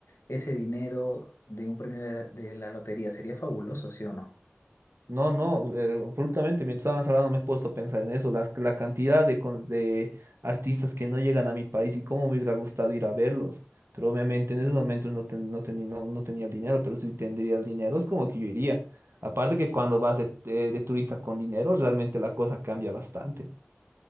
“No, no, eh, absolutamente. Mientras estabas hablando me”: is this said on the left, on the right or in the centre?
Right